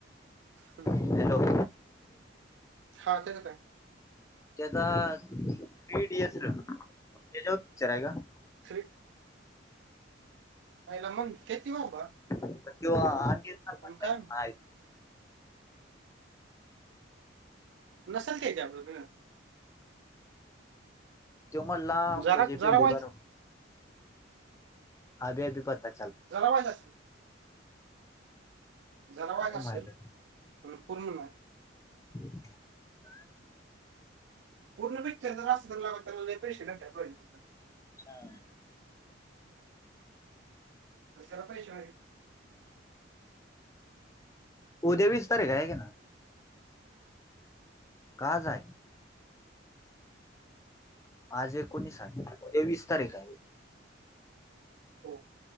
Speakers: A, on the right (about 65°); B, on the left (about 15°).
A: हम्म.
B: हॅलो.
A: हा तेज काय?
B: तेजा थ्री इडियट र तेज्याव पिक्चर हाय का?
A: थ्री आईला म्हणत्याती बाबा
B: पण तो आमिर खान म्हणला
A: पण काय
B: की नाही
A: नसल त्येज्यावर र.
B: तो म्हटला
A: जरा
B: मुझे
A: जरा
B: पेहली
A: वायच
B: बार अभी अभी पता
A: जरा वायच असल. जरावायच
B: काय
A: असल
B: माहित
A: पण पूर्ण नाय.
B: <inaudible>
A: पूर्ण पिक्चर जर असतं तर लगा त्याला लय पैश भेटाय पाहिजे हुत.
B: छान.
A: आणि त्याला पैशे
B: उद्या वीस तारीख हाय क नाय? का आज आय? आज एकोणीसहाय उद्या वीस तारीख आय.
A: हो